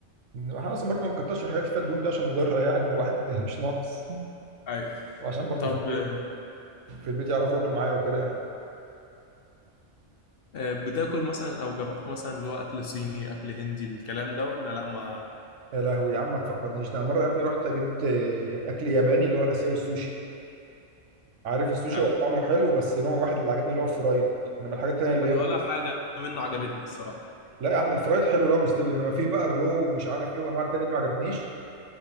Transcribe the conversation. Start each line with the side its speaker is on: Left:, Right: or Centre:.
Right: احنا اصلا برضو ما نكترش من الحاجات اللي فيها الدهون دي عشان مضره يعني الواحد <laughs> مش ناقص
Left: ايوه
Right: وعشان برضو
Left: طب
Right: في البيت
Left: آه،
Right: في البيت يعرفوا ياكلوا معايا وكده يعني
Left: آه، بتاكل مثلا او جربت مثلا اللي هو اكل صيني اكل هندي الكلام ده ولا لا ما
Right: يا لهوي يا عم ما تفكرنيش ده مره يا ابني رحت جبت آه، اكل ياباني اللي هو الاسيوي السوشي عارف السوشي
Left: انا
Right: هو طعمه حلو بس نوع واحد اللي عجبني اللي هو الفرايد انما الحاجات التانيه اللي
Left: أنا
Right: هي
Left: ولا حاجه منه عجبتني الصراحه
Right: لا يا عم الفرايد حلو لو مستوي انما في بقى الرو ومش عارف ايه وانواع التانية دي ما عجبتنيش